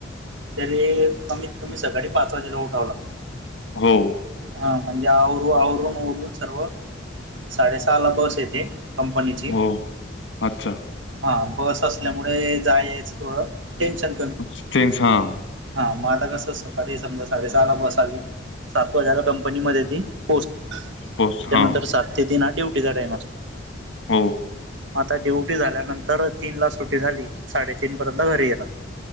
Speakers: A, on the right; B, on the left.
A: तरी कमीत कमी सकाळी पाच वाजेला उठाव लागत.
B: हो.
A: हा म्हणजे आवरु आवरून वरून सर्व साडेसहा ला बस येते कंपनीची
B: हो अच्छा
A: हा बस असल्यामुळे जायच थोडं टेन्शन
B: <unintelligible> हां.
A: हा म आता कसं सकाळी समजा साडेसहाला बस आली सात वाजाला कंपनीमध्ये ती पोहचते
B: पोस्ट
A: त्यानंतर
B: हा
A: सात ते तीन हा ड्युटीचा टाइम असतो.
B: हो.
A: आता ड्युटी झाल्यानंतर तीन ला सुटी झाली साडेतीीन पर्यंत घरी येला.